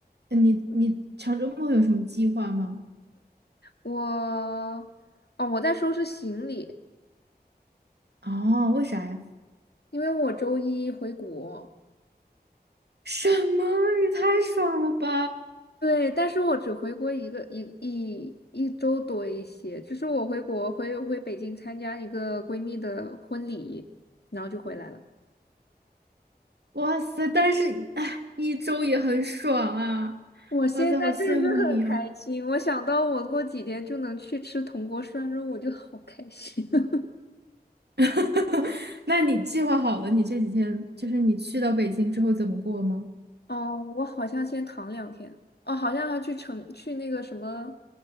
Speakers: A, on the right (about 80°); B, on the left (about 75°).
A: 呃你你长周末有什么计划吗？
B: 我哦，我在收拾行李，
A: 哦，为啥呀？
B: 因为我周一回国。
A: 什么？也太爽了吧！
B: 对，但是我只回国一个一一一周多一些，就是我回国回回北京参加一个闺蜜的婚礼，然后就回来了。
A: 哇塞，但是，哎，一周也很爽啊！
B: 我现在就是很开心，
A: 哇塞，好羡慕你哦。
B: 我想到我过几天就能去吃铜锅涮肉，我就好开心。<laughs>
A: <laughs> 哈哈，那你计划好了，你这几天就是你去到北京之后怎么过吗？
B: 哦，我好像先躺两天。哦，好像还去承去那个什么